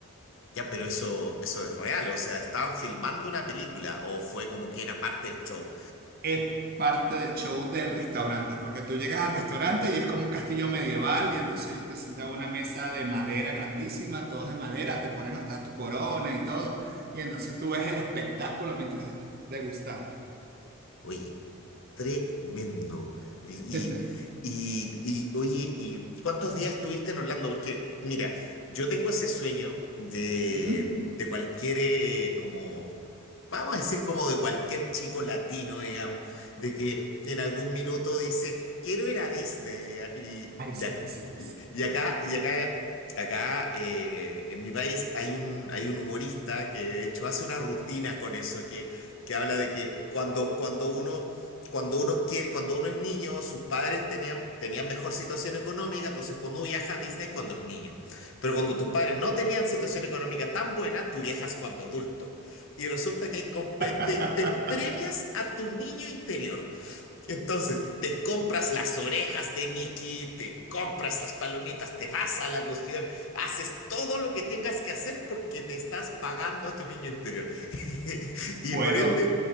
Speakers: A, on the left; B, on the right.
A: Ya, pero eso, eso es real, o sea, ¿estaban filmando una película o fue como que era parte del show?
B: Es parte del show del restaurante, porque tú llegas al restaurante y es como un castillo medieval y entonces ellos te sientan a una mesa de madera grandísima, todos de madera, te ponen hasta tu corona y todo. Y entonces tú ves el espectáculo mientras estás degustando.
A: Oye. Tremendo. Y,
B: <laughs>
A: y, y, oye, ¿y cuántos días estuviste en Orlando? Porque, mira, yo tengo ese sueño de,
B: Ujú.
A: de cualquier, eh, como, vamos a decir, como de cualquier chico latino, digamos, de que en algún minuto dice, quiero ir a Disney. Y,
B: Ay,
A: y, ac-
B: sí.
A: y- y acá, y acá, acá eh, en mi país hay un, hay un humorista que de hecho hace una rutina con eso, que, que habla de que cuando, cuando uno cuando uno quiere, cuando uno es niño, sus padres tenían, tenían mejor situación económica, entonces cuando uno viaja a Disney cuando es niño. Pero cuando tus padres no tenían situación económica tan buena, tú viajas cuando adulto. Y resulta que hay compe-
B: <laughs>
A: te, te premias a tu niño interior. Entonces, te compras las orejas de Mickey, te compras las palomitas, te vas a la cuestión, haces todo lo que tengas que hacer porque te estás pagando a tu niño interior. <laughs> Y
B: Bueno,
A: por ende,